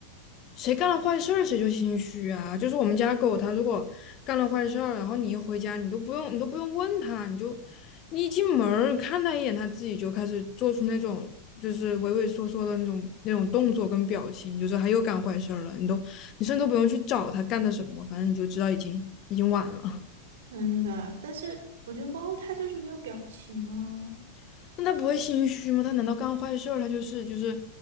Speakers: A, on the left; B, on the right.
A: 谁干了坏事儿谁就心虚啊。就是我们家狗，它如果干了坏事儿，然后你一回家，你都不用你都不用问它，你就你一进门儿看它一眼，它自己就开始做出那种就是畏畏缩缩的那种那种动作跟表情，你就是它又干坏事儿了。你都你甚至都不用去找它干的什么，反正你就知道已经已经晚了。
B: 真的，但是我觉得猫它就是没有表情啊，
A: <laughs> 那它不会心虚吗？它难道干坏事儿，它就是就是